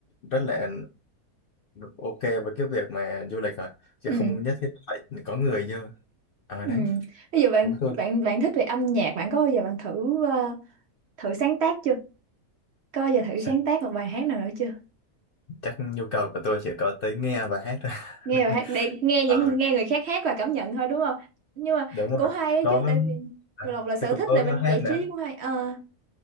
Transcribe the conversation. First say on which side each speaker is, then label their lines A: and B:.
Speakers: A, on the left; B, on the right.
A: rất là ok với cái việc mà du lịch rồi chứ
B: ừ
A: không nhất thiết phải có người vô ở
B: ừ
A: đấy
B: bây giờ bạn
A: đúng tôi
B: bạn bạn thích về âm nhạc bạn có bao giờ bạn thử ờ, thử sáng tác chưa Có bao giờ thử
A: chắc
B: sáng tác một bài hát nào nữa chưa?
A: chắc nhu cầu của tôi chỉ có tới nghe và hát thôi
B: Nghe
A: <laughs>
B: bài hát để nghe những
A: Ờ,
B: nghe người khác hát và cảm nhận thôi đúng không? Nhưng mà
A: đúng rồi
B: cũng hay ấy
A: có
B: chứ tại vì
A: à,
B: Lộc là sở
A: thế cũng
B: thích
A: có
B: là mình
A: cái hát
B: giải
A: nữa
B: trí cũng hay. Ờ